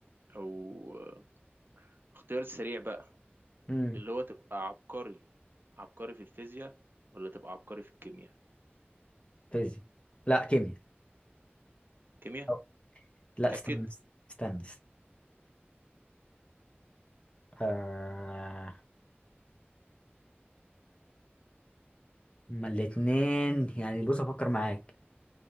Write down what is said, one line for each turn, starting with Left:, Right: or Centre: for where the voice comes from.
Right: او آه، اختيار سريع بقى
Left: مم.
Right: اللي هو تبقى عبقري عبقري في الفيزياء ولا تبقى عبقري في الكيمياء
Left: فيزياء لا كيمياء
Right: كيمياء
Left: أو- لا
Right: تأكد
Left: استنى استنى استنى. آه... ما الاتنين يعني بص افكر معاك